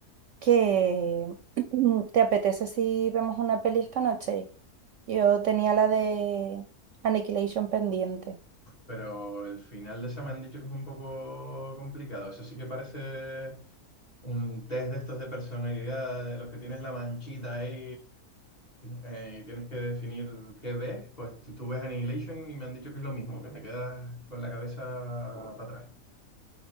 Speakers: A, on the right; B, on the left.
A: que <clears throat> te apetece si vemos una peli esta noche. Yo tenía la de Annihilation pendiente.
B: Pero el final de esa me han dicho que es un poco complicado. Eso sí que parece un test de estos de personalidad, de los que tienes la manchita ahí eh, y tienes que definir qué ves. Pues tú, tú ves Annihilation y me han dicho que es lo mismo, que te quedas con la cabeza para atrás.